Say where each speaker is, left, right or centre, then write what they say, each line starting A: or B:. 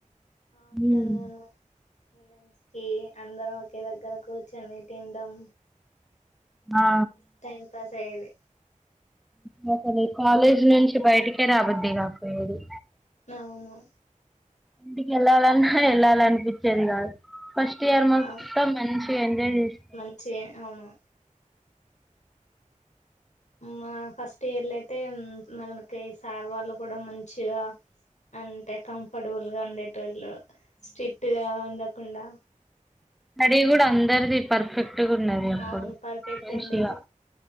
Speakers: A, on the left (about 60°); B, in the centre.
A: ఆఫ్టర్నూన్
B: ఉమ్
A: లంచ్ కి అందరం ఒకే దగ్గరకు కు ర్చొని తినడం
B: అవును ఆ
A: మస్తు టైం పాస్ అయ్యేది
B: ఇంకా అదీ కాలేజీ నుంచి బయటికే రావద్ద్దది కాకపోయేది
A: అవును
B: ఇంటికి వెళ్ళాలన్నా వెళ్ళాలనిపించింది కాదు ఫస్ట్ ఇయర్ మొత్తం
A: అవు
B: మంచిగా ఎంజాయ్ చేసి
A: మంచిగా అవును మా ఫస్ట్ ఇయర్లు అయితే మనకి సార్ వాళ్ళు కూడా మంచిగా అంటే కంఫర్టబుల్ గా ఉండేటోళ్ళు స్ట్రిట్ గా ఉండకుండా
B: స్టడీ కూడా అందరిది పర్ఫెక్ట్గా ఉన్నది అప్పుడు
A: అవును పర్ఫెక్ట్
B: మంచిగా
A: ఉండేది